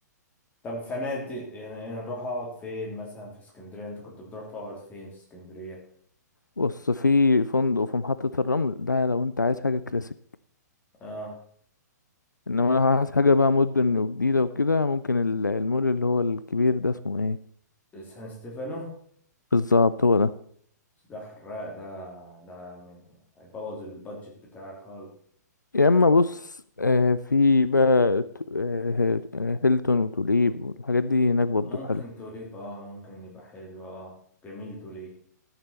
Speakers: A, on the left; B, on the left.
A: طب فنادق يعني إيه نروح اقعد فين مثلا في اسكندرية انت كنت بتروح تقعد فين في اسكندرية
B: بص في فندق في محطة الرمل ده لو أنت عايز حاجة كلاسيك
A: اه
B: إنما لو عايز حاجة بقى مدن وجديدة وكده ممكن ال- المول اللي هو الكبير ده اسمه إيه
A: سان ستيفانو
B: بالظبط هو ده
A: ده حراق ده ده من- هيبوظ البادجت بتاعي خالص
B: يا اما بص آه، في بقى ت- آه، آه، هيلتون وتوليب والحاجات دي هناك برضو
A: ممكن
B: حلو
A: توليب اه ممكن يبقى حلو اه جميل توليب